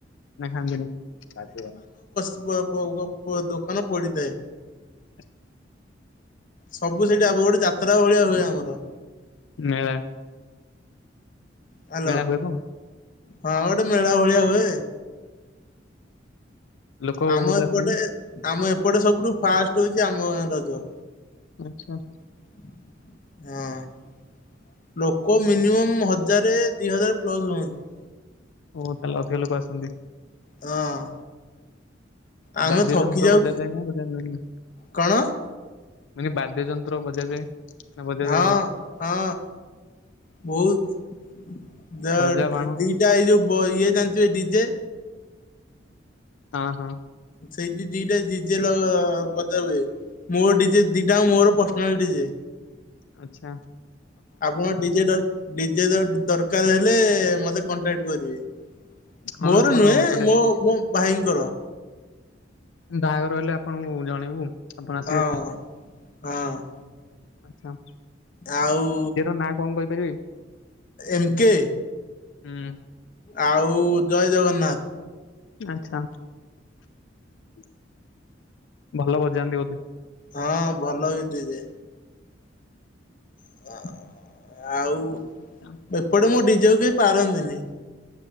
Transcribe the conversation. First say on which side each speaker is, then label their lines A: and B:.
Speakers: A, on the left (about 85°); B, on the left (about 45°).
A: ନା ଖାଆନ୍ତି ନି ଆଗୁଆ
B: ପ ପ ପ ପ ଦୋକାନ ପଡିଥାଏ
A: ହୁଁ
B: ସବୁ ସେଠି ଆଗ ପରି ଯାତ୍ରା ଭଳିଆ ହୁଏ ଆମର
A: ମେଳା
B: ହାଲୋ
A: ମେଳା ହୁଏ ବ
B: ହଁ ଗୋଟେ ମେଳା ଭଳିଆ ହୁଏ
A: ଲୋକ
B: ଆମ
A: ବହୁତ
B: ଏପଟେ
A: ଆସନ୍ତି
B: ଆମ ଏପଟେ ସବୁଠୁ ଫାଷ୍ଟ ହଉଛି ଆମ ଗାଁ ରଜ
A: ଆଛା
B: ହଁ ଲୋକ ମିନିମମ୍ ହଜାର ଦି ହଜାର ପ୍ଲସ ହୁଅନ୍ତି।
A: ଓ ତାହେଲେ ଅଧିକା ଲୋକ ଆସନ୍ତି।
B: ହଁ ଆମେ
A: ବାଦ୍ୟ
B: ଥକି
A: ଯନ୍ତ୍ର
B: ଯାଉ
A: ବଜାଯାଏ ନା ବଜାଯାଏନି?
B: କଣ
A: ମାନେ ବାଦ୍ୟ ଯନ୍ତ୍ର ବଜାଯାଏ। ନା ବଜାଯାଏନି?
B: ହଁ ହଁ ବହୁତ
A: ବାଜା ବାଣ
B: ଦୁଇଟା ଏଇ ଯୋଉ ଇଏ ଜାଣିଥିବ ଏ ଡିଜେ
A: ହଁ ହଁ
B: ସେଇଠି ଦିଟା ଡିଜେ ଲ ବଜା ହୁଏ ମୋ ଡିଜେ ଦିଟାଙ୍କ ମୋର ପର୍ସନାଲ ଡିଜେ
A: ଆଚ୍ଛା
B: ଆପଣ ଡିଜେ ର ଡିଜେ ଦରକାର ହେଲେ ମତେ କଣ୍ଟାକ୍ଟ କରିବେ।
A: ହଁ
B: ମୋର
A: ଆମର
B: ନୁହେଁ
A: ଏପଟେ
B: ମୋ ମୋ ଭାଇଙ୍କର।
A: ବାହାଘର ହେଲେ ଆପଣଙ୍କୁ ଜଣେଇବୁ। ଆପଣ ଆସିବେ
B: ହଁ ହଁ
A: ଆଚ୍ଛା
B: ଆଉ
A: ନା କଣ କହିପାରିବେ?
B: ଏମ୍ କେ
A: ହୁଁ
B: ଆଉ ଜୟ ଜଗନ୍ନାଥ।
A: ଆଛା <unintelligible> ଭଲ ବଜାନ୍ତି ବୋଧେ?
B: ହଁ ଭଲ ବି ଦି ଯେ <unintelligible> ଆଉ
A: <inaudible>
B: ଏପଟେ ମୋ ଡିଜେକୁ କେହି ପାରନ୍ତିନି।